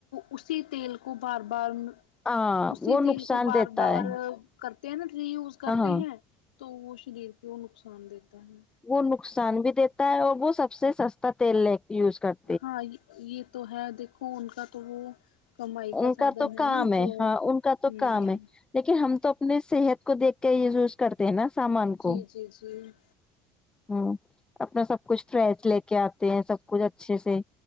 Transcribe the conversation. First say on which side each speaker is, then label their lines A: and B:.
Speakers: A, on the left; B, on the left.
A: اسی تیل کو بار بار
B: ہاں
A: اسی
B: وہ
A: تیل
B: نقصان
A: کو بار
B: دیتا
A: بار
B: ہے
A: کرتے ہیں نا ری یوز کرتے
B: ہاں ہاں
A: ہیں تو وہ شریر کو وہ نقصان دیتا ہے
B: وہ نقصان بھی دیتا ہے اور وہ سب سے سستا تیل ل یوز کرتا
A: ہاں یہ تو ہے دیکھو ان کا تو وہ کمائی
B: ان
A: سادھن
B: کا تو کام
A: نا
B: ہے
A: تو
B: ہاں
A: ہ
B: ان کا تو کام ہے لیکن ہم تو اپنی صحت کو دیکھ کے یوز کرتے ہیں نا سامان
A: جی
B: کو
A: جی جی
B: ہوں اپنا سب کچھ فریش لے کے آتے ہیں سب کچھ اچھے سے